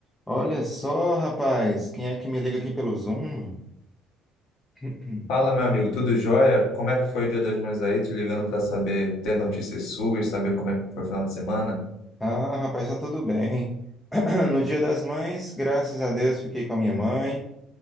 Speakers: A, in the centre; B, on the left.
A: Olha só, rapaz, quem é que me liga aqui pelo Zoom? <clears throat>
B: Fala, meu amigo, tudo jóia? Como é que foi o Dia das Mães aí? Te ligando para saber, ter notícias suas, saber como é que foi o final de semana?
A: Ah, rapaz, tá tudo bem. <clears throat> No Dia das Mães, graças a Deus, fiquei com a minha mãe.